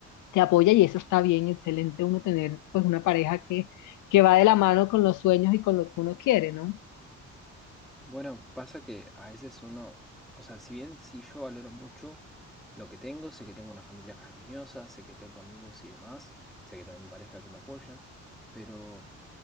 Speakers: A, on the left; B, in the centre.
A: te apoya y eso está bien, excelente uno tener pues una pareja que, que va de la mano con los sueños y con lo que uno quiere, ¿no?
B: Bueno, pasa que a veces uno, o sea, si bien sí yo valoro mucho lo que tengo, sé que tengo una familia cariñosa, sé que tengo amigos y demás, sé que tengo mi pareja que me apoya, pero